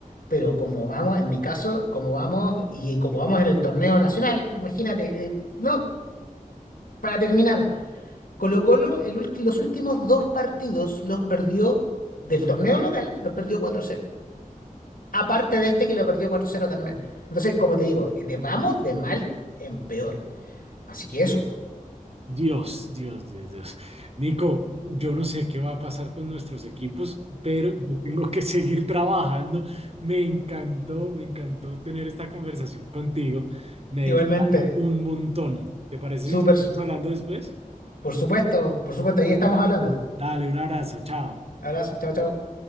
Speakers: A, on the left; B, on the right.
A: pero como vamos, en mi caso, como vamos y eh, como vamos en el torneo nacional, imagínate, eh, no, para terminar, Colo-Colo el ulti- los últimos dos partidos los perdió del torneo local, los perdió cuatro cero. Aparte de este que lo perdió cuatro cero también. Entonces, como te digo, de vamos de mal en peor. Así que eso.
B: Dios, Dios, Dios, Dios. Nico, yo no sé qué va a pasar con nuestros equipos, pero yo tengo que <laughs> seguir trabajando. Me encantó, me encantó tener esta conversación contigo. Me
A: Igualmente,
B: distrajo un montón. ¿Te parece
A: súper,
B: si seguimos
A: su-
B: hablando después?
A: por supuesto, por supuesto, ahí estamos hablando.
B: Dale, un abrazo, chao.
A: Abrazo, chao, chao.